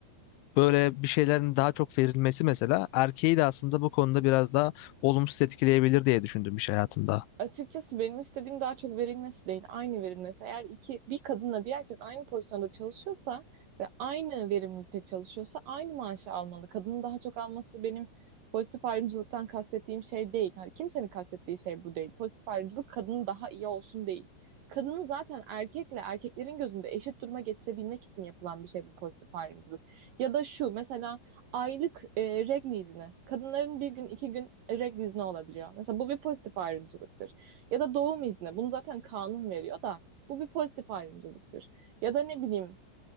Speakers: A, on the left; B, on the right.
A: böyle bir şeylerin daha çok verilmesi mesela erkeği de aslında bu konuda biraz daha olumsuz etkileyebilir diye düşündüm iş hayatında.
B: Açıkçası benim istediğim daha çok verilmesi değil, aynı verilmesi. Eğer iki bir kadınla bir erkek aynı pozisyonda çalışıyorsa ve aynı verimlilikte çalışıyorsa aynı maaşı almalı. Kadının daha çok alması benim pozitif ayrımcılıktan kastettiğim şey değil. Hani kimsenin kastettiği şey bu değil. Pozitif ayrımcılık kadının daha iyi olsun değil. Kadını zaten erkekle erkeklerin gözünde eşit duruma getirebilmek için yapılan bir şey bu pozitif ayrımcılık. Ya da şu mesela aylık e, regl izni. Kadınların bir gün iki gün regl izni olabiliyor. Mesela bu bir pozitif ayrımcılıktır. Ya da doğum izni. Bunu zaten kanun veriyor da bu bir pozitif ayrımcılıktır. Ya da ne bileyim